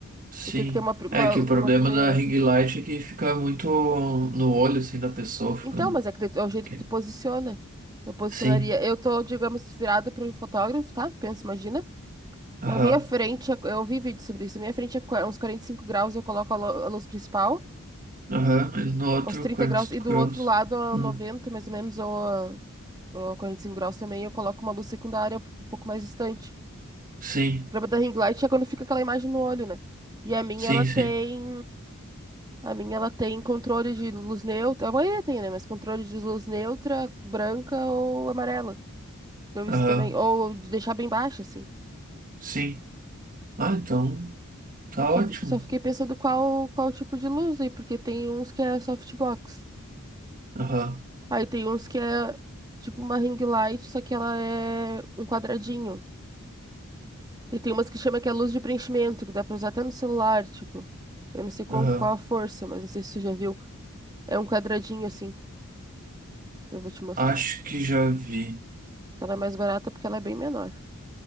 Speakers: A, on the right; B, on the right.
A: Sim.
B: Eu tenho que ter uma, pri- uma,
A: É que o problema
B: uma primeira.
A: da ring light é que fica muito no olho, assim, da pessoa. Fica...
B: Então, mas é que de- é o jeito
A: que-
B: que tu posiciona. Eu posicionaria.
A: Sim.
B: Eu tô, digamos, virada pro fotógrafo, tá? Pensa, imagina.
A: Aham.
B: Na minha frente, é- eu vi vídeo sobre isso. Na minha frente é qua- uns 45 graus, eu coloco a, lu- a luz principal,
A: Aham. E No outro,
B: uns 30
A: 45
B: graus. E do
A: graus.
B: outro lado, a
A: Aham.
B: 90 mais ou menos, ou, a- ou a 45 graus também, eu coloco uma luz secundária um pouco mais distante.
A: Sim.
B: O problema da ring light é quando fica aquela imagem no olho, né? E a minha,
A: Sim,
B: ela tem.
A: sim.
B: A minha, ela tem controle de luz neutra. A maioria tem, né? Mas controle de luz neutra, branca ou amarela. Então isso
A: Aham.
B: também. Ou de deixar bem baixa, assim.
A: Sim. Ah, então. Tá
B: Só,
A: ótimo.
B: fi- só fiquei pensando qual, qual tipo de luz aí, porque tem uns que é softbox.
A: Aham.
B: Aí tem uns que é tipo uma ring light, só que ela é um quadradinho. E tem umas que chama que é luz de preenchimento, que dá pra usar até no celular, tipo. Eu não sei qual,
A: Aham.
B: qual a força, mas não sei se você já viu. É um quadradinho assim. Eu vou te mostrar.
A: Acho que já vi.
B: Ela é mais barata porque ela é bem menor.